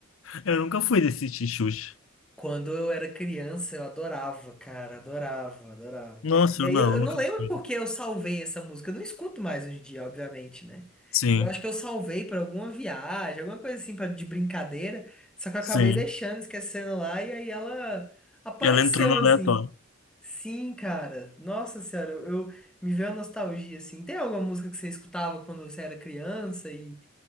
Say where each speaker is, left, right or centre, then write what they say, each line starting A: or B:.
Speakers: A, on the left; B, in the centre.
A: Eu nunca fui desse tixuxa.
B: Quando eu era criança, eu adorava, cara, adorava, adorava.
A: Nossa,
B: E
A: eu
B: aí
A: não,
B: eu, eu
A: eu nunca
B: não lembro
A: fui.
B: porque eu salvei essa música. Eu não escuto mais hoje em dia, obviamente, né?
A: Sim,
B: Eu acho que eu salvei pra alguma viagem, alguma coisa assim pra, de brincadeira. Só que eu
A: sim.
B: acabei deixando, esquecendo lá, e aí ela apareceu
A: E ela entrou no aleatório.
B: assim. Sim, cara. Nossa senhora, eu, eu- me veio a nostalgia, assim. Tem alguma música que você escutava quando você era criança e,